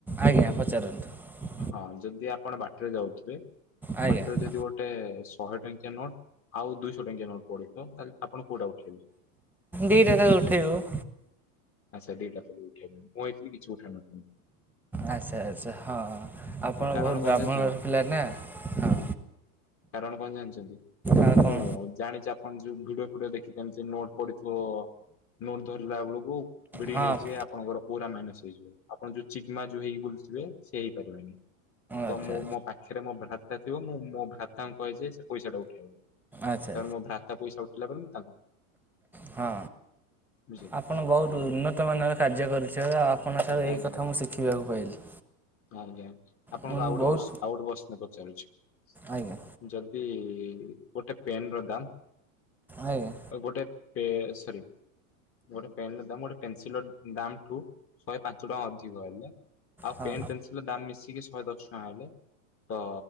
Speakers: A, in the centre; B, on the left.
A: ଆଜ୍ଞା ପଚାରନ୍ତୁ।
B: ହଁ ଯଦି ଆପଣ ବାଟରେ ଯାଉଥିବେ
A: ଆଜ୍ଞା
B: ବାଟରେ ଯଦି ଗୋ ଟେ ଶହେ ଟଙ୍କିଆ ନୋଟ୍ ଆଉ ଦୁଇଶ ଟଙ୍କିଆ ନୋଟ୍ ପଡିଥିବ। ତାଲେ ଆପଣ କୋଉଟା ଉଠେଇବେ?
A: ଦିଟାଜ ଉଠେଇବୁ।
B: ଆଚ୍ଛା ଦିଟାକୁ ଉଠେଇବ ମୁଁ ଏଠି କିଛି ଉଠାଇନା ତ ମୁଁ
A: ଆଚ୍ଛା ଆଚ୍ଛା ହଁ ଆପଣ
B: କାରଣ
A: ବୋହୁତ୍
B: କଣ
A: ବ୍ରାହ୍ମଣ
B: ଜାଣିଛନ୍ତି?
A: ଘର ପିଲା ନା ହଁ।
B: କାରଣ କଣ ଜାଣିଚନ୍ତି
A: ଆଉ
B: ମୁଁ
A: କଣ
B: ଜାଣିଚି ଆପଣ ଯୁମ୍ ଭିଡିଓ ଫିଡିଓ ଦେଖିକି ଆଣିଥିଲୁ ନୋଟ ପଡିଥିବ ନୋଟ ଧରିଲା ବେଳକୁ ଭିଡିକି
A: ହଁ ଆଚ୍ଛା
B: ନେଇ ଯିବେ ଆପଣଙ୍କର ଓରା ମାଇନସ୍ ହେଇଯିବ ଆପଣ ଯୋଉ ଚିଗ୍ମା ଯୋଉ ହେଇକି ବୁଲୁଥୁବେ ସେ ହେଇପାରିବନି। ତ
A: ଆଚ୍ଛା
B: ମୁଁ ମୋ ପାଖେରେ ମୋ ଭ୍ରାତା ଥିବ ମୁଁ ମୋ ଭ୍ରାତାଙ୍କୁ କହିଚି ସେ ପଇସାଟା ଉଠେଇବ। ତାପରେ
A: ଆଚ୍ଛା
B: ମୋ ଭ୍ରାତା ପଇସା ଉଠିଲା ପରେ ମୁଁ ତାଙ୍କୁ
A: ହଁ
B: ବୁଝିଲେ।
A: ଆପଣ ବୋହୁତ୍
B: ଆଜ୍ଞା
A: ଉନ୍ନତ ମାନର କାର୍ଯ୍ୟ କରୁଚ ଆପଣ
B: ହଁ
A: ଠାରୁ ଏଇ
B: ଆଜ୍ଞା
A: କଥା
B: ହଁ
A: ମୁଁ ଶିଖିବାକୁ ପାଇଲି।
B: ଆଜ୍ଞା ଆପଣଙ୍କୁ
A: ମୁଁ
B: ଆଉ ଗୋଟେ
A: ବହୁତ
B: କୋସ୍-ଆଉ ଗୋଟେ କୋଶ୍ଚିନ୍ ପଚାରୁଛି
A: ଆଜ୍ଞା
B: ଯଦି ଏଇ ଗୋଟେ ପେନର ଦାମ୍
A: ଆଜ୍ଞା
B: ଆଉଗୋଟେ ପେ-ସରି ଗୋଟେ ପେନର ଦାମ୍ ଗୋଟେ ପେନସିଲର ଦାମଠୁ ଶହେ ପାଞ୍ଚ ଟଙ୍କା ଅଧିକ ହେଲେ ଆଉ
A: ହଁ
B: ପେନ୍, ପେନସିଲର ଦାମ୍ ମିଶିକି ଶହେ ଦଶ ଟଙ୍କା ହେଲେ ତ